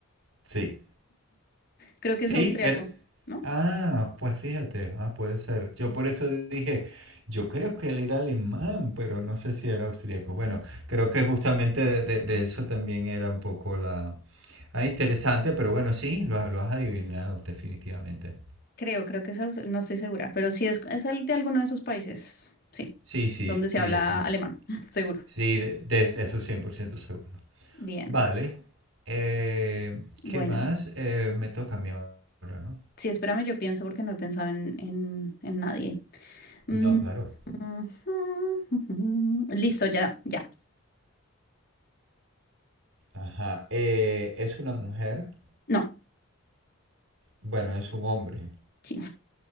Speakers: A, on the right; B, on the left.
A: Sí.
B: Creo que
A: Sí,
B: es austriaco,
A: er-
B: ¿no?
A: Ah, pues fíjate, ah, puede ser. Yo por eso dije, yo creo que él era alemán, pero no sé si era austríaco. Bueno, creo que justamente de, de- de eso también era un poco la... Ah, interesante, pero bueno, sí, lo, lo has adivinado definitivamente.
B: Creo, creo que es aus- No estoy segura, pero sí es, es al- de alguno de esos países. Sí.
A: Sí, sí,
B: Donde
A: sí,
B: se habla
A: definitivamente.
B: alemán, <laughs> seguro.
A: Sí, de, de eso 100% seguro.
B: Bien.
A: Vale, eh,
B: Bueno.
A: ¿qué más? Eh, me toca a mí ahora, ¿no?
B: Sí, espérame, yo pienso porque no he pensado en, en, en nadie. Mm,
A: No, claro.
B: ujú, ujú. Listo, ya, ya.
A: Ajá, eh, es una mujer.
B: No.
A: Bueno, es un hombre.
B: Sí.